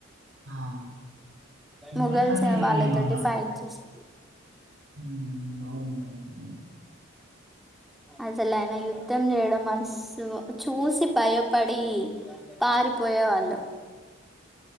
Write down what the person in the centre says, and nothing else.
మొగల్స్
వాళ్ళతోటి
ఫైట్ చేసి మొగల్స్
అసలు ఆయన యుద్ధం చేయడం మనసు చూసి భయపడి పారిపోయే వాళ్ళు